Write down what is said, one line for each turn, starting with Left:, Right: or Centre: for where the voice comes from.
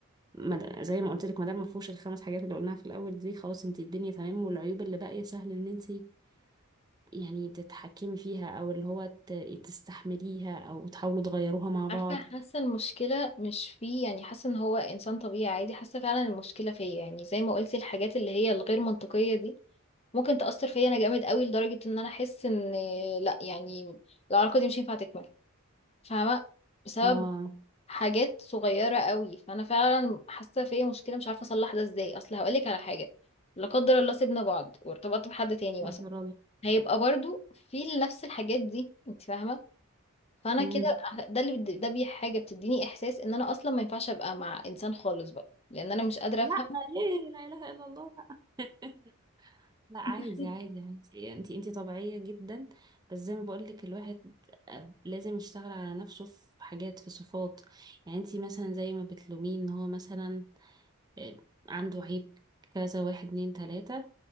Right: ما- زي ما قلت لك ما دام ما فيهوش الخمس حاجات اللي قلناها في الاول دي خلاص انتي الدنيا تمام والعيوب اللي باقية سهل ان انتي يعني تتحكمي فيها او اللي هو ت- تستحمليها او تحاولوا تغيروها مع بعض
Left: عارفه حاسه المشكله مش فيه يعني حاسه ان هو انسان طبيعي عادي حاسه فعلا المشكله فيا يعني زي ما قلتي الحاجات اللي هي الغير منطقيه دي ممكن تأثر فيا انا جامد قوي لدرجة ان انا احس ان لا يعني العلاقة دي مش هينفع تكمل فاهمة بسبب
Right: اه
Left: حاجات صغيرة قوي فانا فعلا حاسة فيا مشكلة مش عارفة اصلح ده ازاي اصل هقولك على حاجة لا قدر الله سيبنا بعض وارتبطت بحد تاني مثلا
Right: قدر
Left: هيبقى برضو في نفس الحاجات دي انت فاهمة فانا
Right: الله
Left: كده ده اللي بد- ده بي حاجة بتديني احساس ان انا اصلا ما ينفعش ابقى مع انسان خالص بقى لان انا مش قادرة
Right: لا
Left: افهم
Right: ليه لا اله الا الله لا <laughs> لا عادي
Left: <laughs>
Right: عادي عادي انت انت طبيعيه جدا بس زي ما بقول لك الواحد آه، لازم يشتغل على نفسه في حاجات في صفات يعني انت مثلا زي ما بتلوميه ان هو مثلا آه، عنده عيب كذا واحد اتنين تلاته